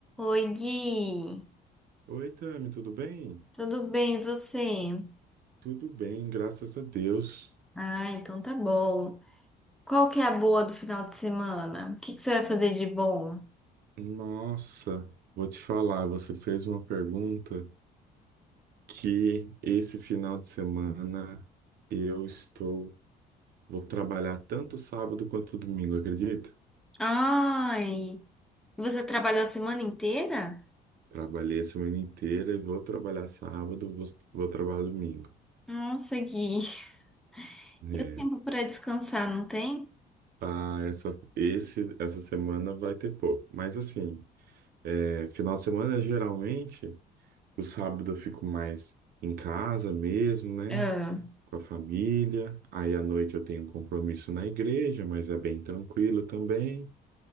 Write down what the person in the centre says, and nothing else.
Oi, Gui.
Tudo bem, e você?
Ah, então tá bom. Qual que é a boa do final de semana? O que que você vai fazer de bom?
Ai, você trabalhou a semana inteira?
Nossa, Gui. <laughs>
E o tempo para descansar, não tem?
Ah,